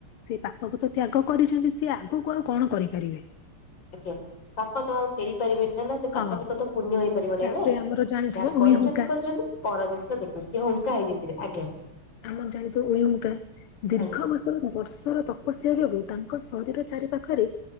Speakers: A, on the left (about 80°); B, on the left (about 55°).
A: ସେ ପାପାକୁ ତ ତ୍ୟାଗ କରିଛନ୍ତି। ସିଏ ଆଗକୁ ଆଉ କଣ କରିପାରିବେ?
B: ଆଜ୍ଞା। ପାପତ ଆଉ ଫେରି ପାରିବେନି ନା ନା। ସେ ପାପତିିକ
A: ହଁ
B: ତ ପୁଣ୍ୟ ହେଇପାରିବ
A: ତାପରେ
B: ନେଇଁ ନା।
A: ଆମର ଜାଣିଥିବ
B: ଯାହା
A: ଉଇ
B: କରିଛନ୍ତି
A: ହୁଙ୍କା
B: କରିଛନ୍ତି ପର ଜିନିଷ ଦେଖ ସିଏ ଅଙ୍କା ହେଇଯାଇଥିଲେ। ଆଜ୍ଞା।
A: ଆପଣଙ୍କ ଜାଣିଥିବେ ଉଇହୁଙ୍କା। ଦୀର୍ଘ
B: ଆଜ୍ଞା।
A: ବର୍ଷର ବର୍ଷର ତ ବଶିବା ଯୋଗୁ। ତାଙ୍କ ଶରୀର ଚାରି ପାଖରେ